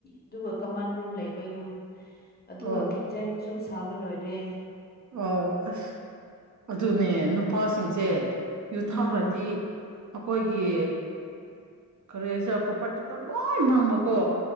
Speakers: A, on the left (about 30°); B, on the right (about 55°).
A: ꯑꯗꯨꯒ ꯀꯃꯟ ꯔꯨꯝ ꯂꯩꯕ ꯌꯨꯝ ꯑꯗꯨꯒ
B: ꯑꯣ
A: ꯈꯤ ꯆꯦꯟꯁꯨꯨ ꯁꯥꯕ ꯂꯣꯏꯔꯦ
B: ꯑꯣ ꯑꯁ ꯑꯗꯨꯅꯦ
A: ꯎꯝ
B: ꯅꯨꯄꯥꯁꯤꯡꯁꯦ ꯌꯨꯊꯥꯔꯗꯤ
A: ꯎꯝ
B: ꯑꯈꯣꯏꯒꯤ ꯀꯔꯤ ꯍꯥꯏꯁꯤꯔ ꯄ꯭ꯔꯣꯄꯔꯇꯤꯛꯇꯣ ꯂꯣꯏ ꯃꯥꯡꯕꯀꯣ